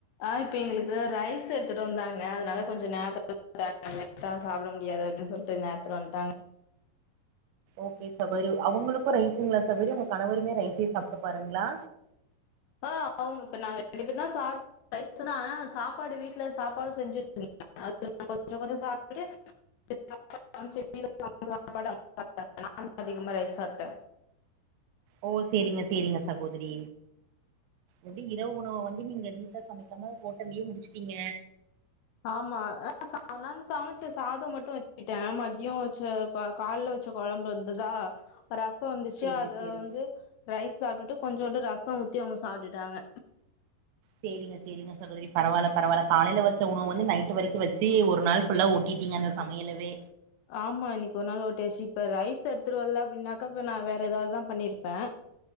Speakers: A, on the left; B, on the right.
A: ஆ இப்ப எங்களுக்கு ரைஸ் எடுத்துட்டு வந்தாங்க அதனால கொஞ்சோ நேரத்த <unintelligible> லேட்டா சாப்பிட முடியாது அப்படின்னு சொல்ட்டு நேரத்துல வன்டாங்க
B: ஓகே சகோதரி அவங்களுக்கு ரைஸுங்களா சகோரி உங்க கணவருமே ரைஸே சாப்பிட்டு பாருங்களா
A: ஆ அவுங்க இப்ப நா ரெண்டு பேரு தா சா ரைஸ் தா ஆனா சாப்பாடு வீட்ல சாப்பாடு செஞ்சு அது கொஞ்சோ கொஞ்சோ சாப்டு <unintelligible> சாப்பாடு நானு அதிகமா ரைஸ் சாப்ட்டே
B: ஓ சேரிங்க சேரிங்க சகோதரி எப்டி இரவு உணவ வந்து நீங்க டின்னர் சமைக் காம ஹோட்டல்லயே முடிச்சுட்டீங்க
A: ஆமா ஆ நான் சமச்ச சாதோ மட்டு வச்சுட்டே மதியோ வச்ச ப கால்ல வச்ச கொழம்பு இருந்துதா ரசோ இருந்துச்சு
B: சேரி
A: அத
B: சேரி
A: வந்து ரைஸ் சாப்ட்டுட்டு கொஞ்சோன்டு ரசோ ஊத்தி அவுங்க சாப்புட்டுட்டாங்க
B: சேரிங்க சேரிங்க சகோதரி பரவால்ல பரவால்ல காலையில வச்ச உணவ வந்து நைட் வரக்கு வச்சி ஒரு நாள் ஃபுல்லா ஓட்டிட்டீங்க அந்த சமையலவே
A: ஆமா இன்னைக்கு ஒரு நாள் ஓட்டியாச்சு இப்ப ரைஸ் எடுத்துட்டு வரல அப்புடின்னாக்கா இப்ப நா வேற ஏதாவதுதா பண்ணிருப்பே